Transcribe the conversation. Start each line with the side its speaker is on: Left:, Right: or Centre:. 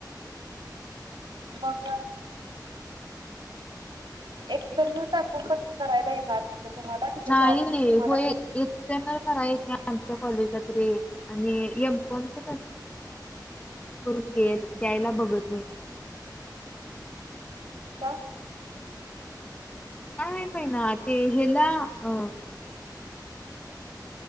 Right: मग एक तरुण टाकून पण हे करायला येणार नाही तुम्हाला तिथ
Left: नाही
Right: जाऊनच तुम्हालाही
Left: होय एक्सटर्नल कराय येत नाही आमच्या कॉलेजात रे आणि एमकमच करून द्यायला बघत नाहीत
Right: का
Left: काय माहीत ना ते हला अ